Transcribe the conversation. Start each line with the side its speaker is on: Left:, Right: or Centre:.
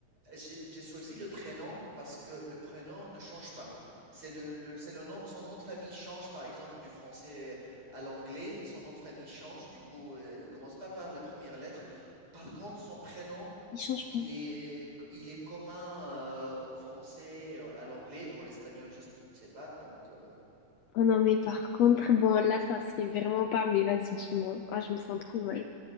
Right: J'ai j'ai choisi le prénom parce que le prénom ne change pas. C'est le, le- c'est le nom, son nom de famille change, par exemple, du français à l'anglais, son nom de famille change, du coup, euh, il commence pas par la première lettre. Par contre, son prénom,
Left: Il change
Right: il
Left: pas.
Right: est, il est commun euh, au français, euh, à l'anglais, pour l'espagnol, je sais pas. Donc, euh,
Left: Oh non, mais par contre, bon, là, ça se fait vraiment pas, mais vas-y, dis-moi. Ah, je me sens trop mal.